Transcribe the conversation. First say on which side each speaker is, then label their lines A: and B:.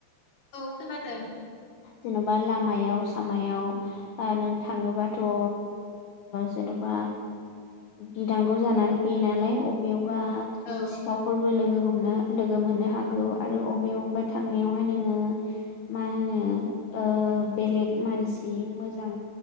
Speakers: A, on the left; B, on the left.
A: औ खोनादों।
B: जेन'बा लामायाव सामायाव ओ नों थाङोबाथ' ओ जेन'बा गिनांगौ जानानै फैयो नालाय अबे बा
A: औ
B: सिखावफोरबो लोगो हम नो लोगो मोननो हागौ आरो अबेयावबा थांनायावहाय नोङो मा होनो? ओ बेलेग मानसि मोजां